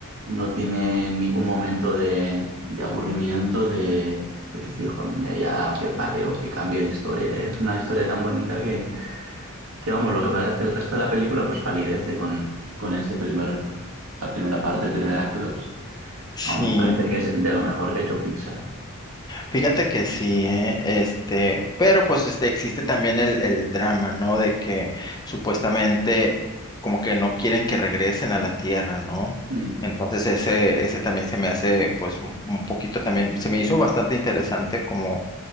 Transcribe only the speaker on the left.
Sí.
Fíjate que sí, ¿eh? Este, pero pues este, existe también el, el drama, ¿no? De que supuestamente como que no quieren que regresen a la Tierra, ¿no?
Entonces ese, ese también se me hace pues un, un poquito también, se me hizo bastante interesante como